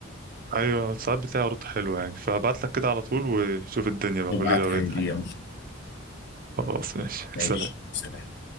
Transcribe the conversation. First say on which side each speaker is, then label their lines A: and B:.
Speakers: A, on the right; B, on the left.
A: ايوه ساعات بتاعي رد حلو يعني فابعت لك كده على طول وشوف الدنيا بقى
B: ابعتها
A: قولي لو لقيت
B: لي
A: حاجة
B: يلا
A: خلاص ماشي
B: ماشي
A: سلام
B: سلام